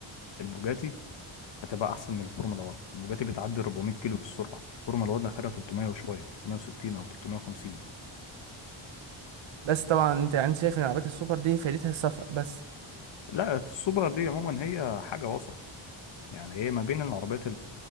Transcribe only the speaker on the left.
البوجاتي هتبقى احسن من الفورمولا 1 البوجاتي بتعدي 400 كيلو في السرعه الفورمولا 1 اخرها 300 وشويه 360 او 350
لا السوبر دي عموما هي حاجه وسط يعني هي ما بين العربيات